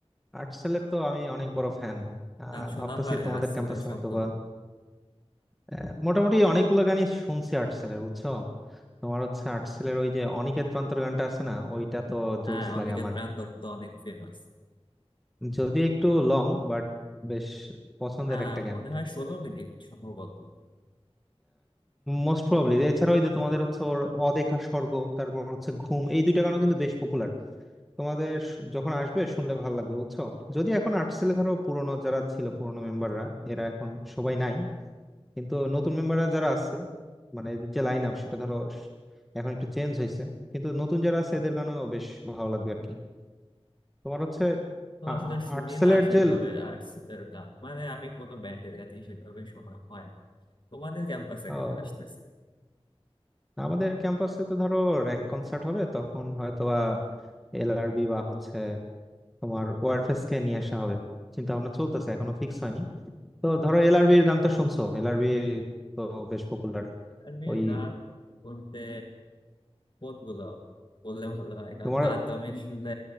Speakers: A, in the centre; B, on the left.
A: আর্ট সেলের তো আমি অনেক বড় ফ্যান আহ
B: গান শোনা
A: ভাবতেছি
B: হয়
A: তোমাদের
B: রাসেলের
A: ক্যাম্পাসে
B: সবগুলো
A: হয়তো বা আহ, মোটামুটি অনেকগুলো গানই শুনছি আর্ট সেলের বুঝছো তোমার হচ্ছে আর্ট সেলের ওই যে অনিকেত প্রান্তর গানটা আছে না ওইটা তো জোস
B: হ্যাঁ অনিকেত
A: লাগে আমার
B: প্রাণ দত্ত অনেক ফেমাস
A: যদি একটু লং বাট বেশ পছন্দের
B: হ্যাঁ
A: একটা গান
B: মনে হয় ষোলো মিনিট সম্ভবত
A: মোস্ট প্রবাবলি এছাড়া ওই যে তোমাদের হচ্ছে ওর অদেখা স্বর্গ তারপর হচ্ছে ঘুম এই দুইটা গানও কিন্তু বেশ পপুলার তোমাদের শ- যখন আসবে শুনলে ভালো লাগবে বুঝছো যদি এখন আর্টসেলে ধরো পুরনো যারা ছিল পুরনো মেম্বাররা এরা এখন সবাই নাই কিন্তু নতুন মেম্বাররা যারা আছে মানে এদের যে লাইন আপ সেটা ধরো স- এখন একটু চেঞ্জ হয়েছে কিন্তু নতুন যারা আছে এদের গানও বেশ ভালো লাগবে আর কি তোমার হচ্ছে
B: তো আসলে শুনি
A: আর্টসেলের
B: না সেভাবে
A: যে
B: আর্টসেলের গান মানে আমি কোনো ব্যান্ডের গানই সেভাবে শোনা হয় না তোমাদের ক্যাম্পাসে
A: ও,
B: কারা আসতেছে
A: আমাদের ক্যাম্পাসে তো ধরো র্যাক কনসার্ট হবে তখন হয়তোবা এলআরবি বা হচ্ছে তোমার ওয়ারফেস কে নিয়ে আসা হবে চিন্তা ভাবনা চলতেছে এখনো ফিক্স হয়নি তো ধরো এলআরবি এর গান তো শুনছো এলআরবি তো বেশ পপুলার
B: তানভীর
A: ওই
B: গান বলতে কোনগুলো বললে ভালো হয় কারণ
A: তোমার
B: গান তো আমি আসলে